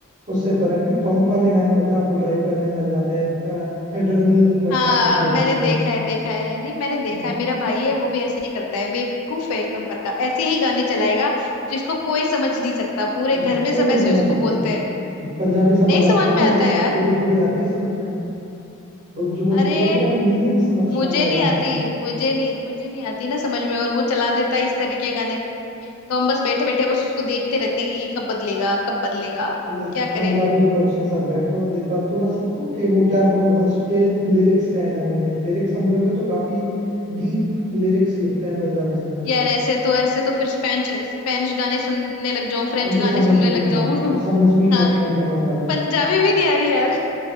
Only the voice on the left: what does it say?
हाँ
मैंने
देखा है देखा है नहीं मैंने देखा
है मेरा भाई है वो भी ऐसे ही करता है बेवकूफ है एक नंबर का ऐसे ही गाने चलाएगा जिसको कोई समझ नहीं सकता पूरे
घर में सब
ऐसे
उसको
बोलते हैं
नहीं समझ
में आता यार
अरे
मुझे
नहीं
आती
मुझे नहीं मुझे नहीं आती ना समझ में और वो चला देता है इस तरह के गाने तो हम बस बैठे बैठे बस उसको देखते रहते हैं कि ये कब बदलेगा कब बदलेगा अब
क्या करें
यार ऐसे तो ऐसे तो फिर स्पेनिश स्पेनिश गाने सुनने लग जाऊं फ्रेंच गाने
सुनने
लग
जाऊं
<laughs>
हाँ
पंजाबी भी नहीं आ रही यार